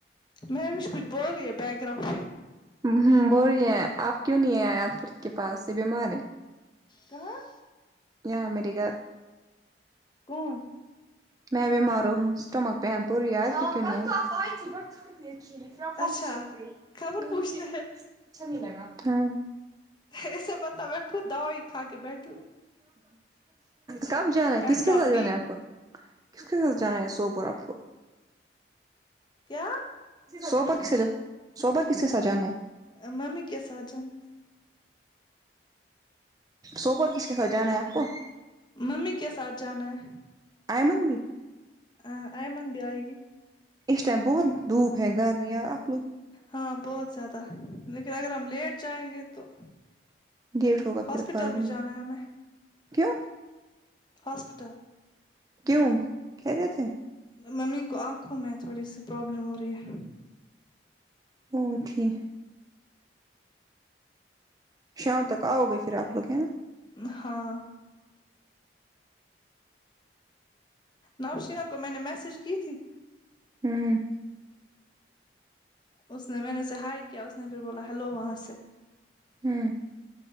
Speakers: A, on the left; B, on the right.
A: مہوش کچھ بول رہی ہے بیک گراؤنڈ پہ
B: ہان بول رہے ہیں آپ کیوں نہیں ہے آیات فرد کے پاس یہ بیمار ہے
A: کہاں
B: یہاں میرے گھر
A: کون
B: میںی بیمار ہوں سٹمک پین پوری عیادت کو کیوں نہی آے اتفاق
A: اچھا
B: سے چلی گئی
A: خبر
B: وہ
A: پوچھنے
B: مجھے
A: ہے
B: اچھا نہیں لگا ہاں
A: ایسے پتا میں خود دوائی کھا کے بیٹھی ہوں
B: کب جانا ہے
A: پین
B: کس کے
A: ٹاپ
B: ساتھ
A: ڈی
B: جانا ہے آپ کو کس ک ساتھ جانا یہ سو پر آپ کو
A: کیا
B: سوبا کس کے ساتھ سوبر کس کے ساتھ جانا ہے
A: ا ممی کے ساتھ جانا
B: سوب اور کس کے ساتھ جانا ہے آپ کو
A: ممی کے ساتھ جانا ہے
B: ایمن بھی
A: ہاں ایمن بھی آئے گی
B: اس ٹائم بہت دھوپ ہے گرمیاں اب
A: ہاں بہت زیادہ لیکن اگر ہم لیٹ جائیں گے تو
B: گے لیٹ ہوگا
A: ہاسپٹل
B: پھر بعد
A: بھی
B: میں
A: جانا ہے ہمیں
B: کیوں
A: ہاسپٹل
B: کیوں خیریت تھے
A: ممی کو آنکھوں میں تھوڑی سی پرابلم ہو رہی ہے
B: اوں ٹھیک شام تک آؤگے پھر آپ لوگ ہیاں
A: ہاں نوشینہ کو میں نے میسج کی تھی
B: ہمم
A: اس نے میں نے اسے ہائے کیا اس نے پھر بولا ہلو وہاں سے
B: ہوں